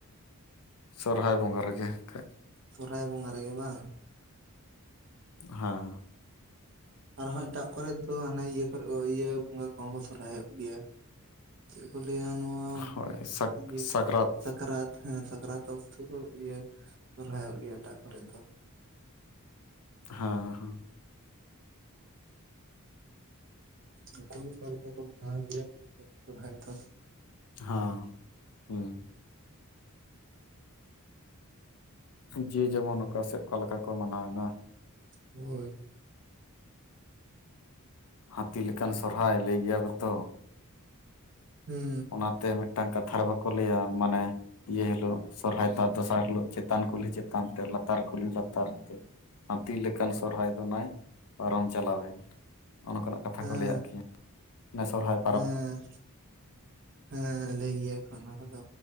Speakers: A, on the left; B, on the right.
A: ᱥᱚᱨᱦᱟᱭ ᱵᱚᱸᱜᱟ ᱨᱮᱜᱮ ᱟᱠᱷᱟᱡ
B: ᱥᱚᱨᱦᱟᱭ ᱵᱚᱸᱜᱟ ᱨᱮ ᱜᱮ ᱵᱟᱝ?
A: ᱦᱮᱸ
B: ᱟᱨᱦᱚᱸ ᱮᱴᱟᱜ ᱠᱚᱨᱮᱡ ᱫᱚ ᱦᱟᱱᱟ ᱤᱭᱟᱹ ᱠᱚᱨᱮ ᱤᱭᱟᱹ ᱵᱚᱸᱜᱟ ᱠᱚᱦᱚᱸ ᱠᱚ ᱥᱚᱨᱦᱟᱭᱚᱜ ᱜᱮᱭᱟ᱾ ᱪᱮᱫ ᱠᱚ ᱞᱟᱹᱭᱟ ᱱᱚᱣᱟ
A: ᱦᱳᱭ ᱥᱟᱠ
B: ᱤᱭᱟᱹ
A: ᱥᱟᱠᱨᱟᱛ
B: ᱥᱟᱠᱨᱟᱛ ᱦᱮᱸ ᱥᱟᱠᱨᱟᱛ ᱚᱠᱛᱚ ᱠᱚ ᱤᱭᱟᱹ ᱥᱚᱨᱦᱟᱭᱚᱜ ᱜᱮᱭᱟ ᱮᱴᱟᱜ ᱠᱚᱨᱮ ᱫᱚ᱾
A: ᱦᱮᱸ ᱦᱮᱸ
B: ᱱᱩᱠᱩ ᱜᱮ ᱚᱠᱟ ᱞᱮᱠᱟ ᱠᱚ ᱢᱟᱱᱟᱣ ᱜᱮᱭᱟ <unintelligible> ᱥᱚᱨᱦᱟᱭ ᱫᱚ
A: ᱦᱚᱸ ᱦᱩᱸ ᱡᱮ ᱡᱮᱢᱚᱱ ᱚᱠᱟ ᱥᱮᱫ ᱚᱠᱟ ᱞᱮᱠᱟ ᱠᱚ ᱢᱟᱱᱟᱣ ᱮᱫᱟ᱾
B: ᱦᱳᱭᱹ
A: ᱦᱟᱹᱛᱤ ᱞᱮᱠᱟᱱ ᱥᱚᱦᱨᱟᱭ ᱞᱟᱹᱭ ᱜᱮᱭᱟ ᱠᱚ ᱛᱚᱺ
B: ᱦᱩᱸ
A: ᱚᱱᱟᱛᱮ ᱢᱤᱫᱴᱟᱝ ᱠᱟᱛᱷᱟ ᱨᱮ ᱵᱟᱠᱚ ᱞᱟᱹᱭᱟ ᱢᱟᱱᱮ ᱤᱭᱟᱹ ᱦᱤᱞᱳᱜ ᱥᱚᱨᱦᱟᱭ ᱛᱟᱨ ᱫᱚᱥᱟᱨ ᱦᱤᱞᱳᱜ ᱪᱮᱛᱟᱱ ᱠᱩᱞᱦᱤ ᱪᱮᱛᱟᱱ ᱛᱮ ᱞᱟᱛᱟᱨ ᱠᱩᱞᱦᱤ ᱞᱟᱛᱟᱨ ᱛᱮᱹ ᱦᱟᱹᱛᱷᱤ ᱞᱮᱠᱟᱱ ᱥᱚᱨᱦᱟᱭ ᱫᱚ ᱱᱟᱭ ᱯᱟᱨᱚᱢ ᱪᱟᱞᱟᱣᱮᱱ ᱱᱚᱜᱼᱚ ᱱᱚᱝᱠᱟᱱᱟᱜ ᱠᱟᱛᱷᱟ
B: ᱦᱮᱸ
A: ᱠᱚ ᱞᱟᱹᱭᱟᱜ ᱠᱤᱭᱟ ᱱᱮᱥ ᱥᱚᱦᱨᱟᱭ
B: ᱦᱮᱸ ᱦᱮᱸ ᱞᱟᱹᱭ ᱜᱮᱭᱟᱠᱚ ᱚᱱᱟᱠᱚᱫᱚ